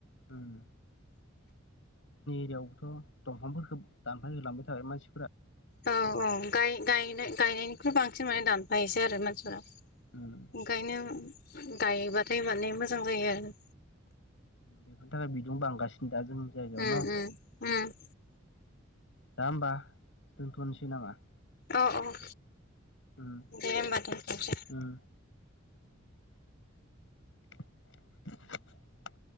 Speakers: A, on the left; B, on the left.
A: उम यावथ' दंफांफोरखौ दानफाय होलांबाय थाबाय मानसि
B: औ औ गाय गायनाय गायनायनिख्रुइ बांसिन माने दानफायोसै आरो मानसिफोरा
A: उम
B: ओंखायनो गायबाथाय माने मोजां जायो आरो
A: बेफोरनि थाखाय बिदुं बांगासिनो दा जोंनि जायगायाव
B: उम
A: न
B: उम उम
A: दा होमबा दोनथ'नोसै नामा
B: औ औ
A: उम
B: दे होमबा दोनथ'नोसै
A: उम <unintelligible>